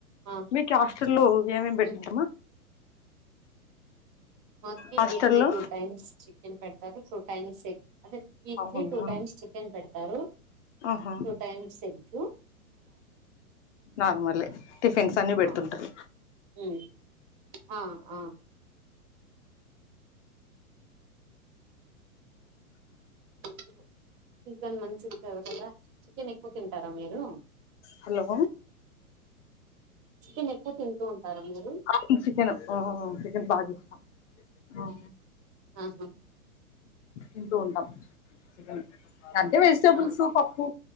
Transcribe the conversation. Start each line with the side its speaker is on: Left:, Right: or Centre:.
Right: ఆ
Left: మీకి హాస్టల్లో ఏమేం పెడుతుంటరుమా
Right: హ్మ్ మాకి
Left: హాస్టల్లో
Right: వీక్లీ టూ టైమ్స్ చికెన్ పెడతారు, టూ టైమ్స్ ఎగ్ అదే వీక్లీ
Left: అవునా
Right: టూ టైమ్స్ చికెన్ పెడతారు,
Left: ఆహా
Right: టూ టైమ్స్ ఎగ్గు
Left: నార్మలే టిఫిన్స్ అన్ని పెడుతుంటరు
Right: ఆ ఉమ్ ఆ ఆ ఇపుడు సీజన్ మంచిది కదా కొదా చికెన్ ఎక్కువ తింటారా మీరు?
Left: హలో
Right: చికెన్ ఎక్కువ తింటూ ఉంటారా మీరు
Left: అ చికెన్ చికెన్ బాగా ఇష్టం ఆఆ
Right: ఆహా
Left: తింటూ ఉంటాం చికను అంటే వెజిటబుల్స్
Right: ఆ
Left: పప్పు